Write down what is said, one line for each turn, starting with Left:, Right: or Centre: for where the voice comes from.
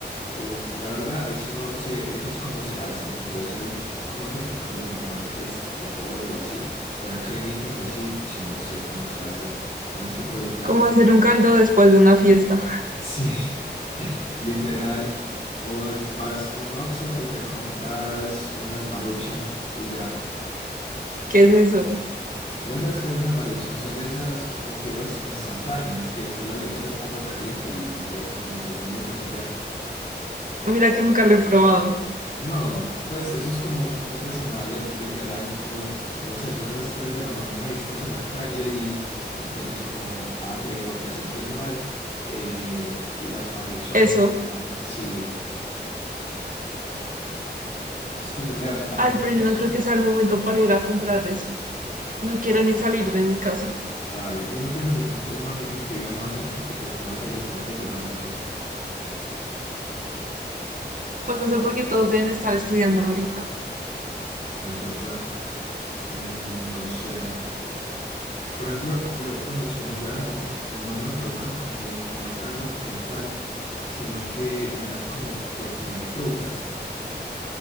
Left: Uh, la verdad, ahí sí no sé, esas cómo se hacen. Yo sé cómo hacer un caldo normal, pues de pollo o así. Ya cremitas así, sí no sé cómo se hacen. Tienes que preguntarle,
Right: Como hacer un caldo después de una fiesta.
Left: <laughs> sí, literal. O vas a un Oxxo y te compras unas Maruchan y ya.
Right: ¿Qué es eso?
Left: ¿No sabes qué son las Maruchan? Son de esas como fideos instantáneos que solo le echas agua caliente y, y lo dejas como tres minutos y ya.
Right: Mira que nunca lo he probado.
Left: No, pues eso es como pa' un desembale, literal, como, no sé, son las 3 de la mañana y estás en la calle y, y tienes como hambre o te sientes mal, eh, las maruchan,
Right: Eso.
Left: van, sí, es como un levantamuertos.
Right: Ay, pero yo no creo que sea el momento para ir a comprar eso. No quiero ni salir de mi casa.
Left: Ay, y no tienes de pronto un amigo que viva más cerca que te pueda hacer el favor de llevar algo,
Right: Pues no sé por qué todos deben estar estudiando ahorita.
Left: es verdad, Mm, no sé. Por ejemplo, yo cuando estoy enfermo no me provoca como comer algo como tal, sino que me das como por comer frutas.